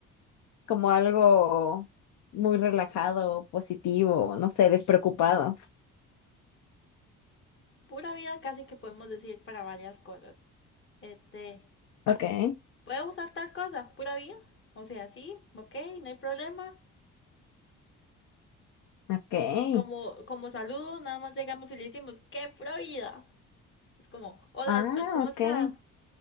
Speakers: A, on the left (about 75°); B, on the left (about 40°).
A: como algo muy relajado, positivo, no sé, despreocupado.
B: Pura vida casi que podemos decir para varias cosas. Este,
A: Okay,
B: ¿puedo usar tal cosa? Pura vida. O sea, sí, ok, no hay problema.
A: okay.
B: Y como, como saludo, nada más llegamos y le decimos, ¿qué pura vida? Es como, hola,
A: Ah,
B: Estar, ¿cómo
A: okay,
B: estás?